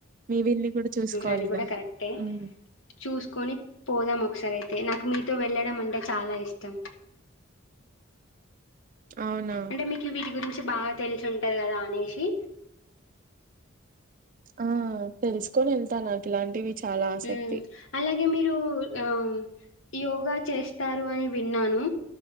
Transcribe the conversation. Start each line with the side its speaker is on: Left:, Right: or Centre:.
Right: మీ వీల్ని కూడా చూసుకోవాలిగా
Left: అది కూడా కరెక్టే
Right: ఉమ్,
Left: చూసుకొని పోదాం ఒకసారి అయితే అ నాకు మీతో వెళ్ళడం అంటే చాలా ఇష్టం
Right: అవునా
Left: ఎంటే మీకు విరి గురించి బాగా తెలిసు ఉంటది కదా అనేషి
Right: ఆ తెలుసుకొని వెళ్తా నాకు ఇలాంటివి చాలా ఆసక్తి
Left: ఉ అలాగే మీరు ఆ యోగా చేస్తారు అని విన్నాను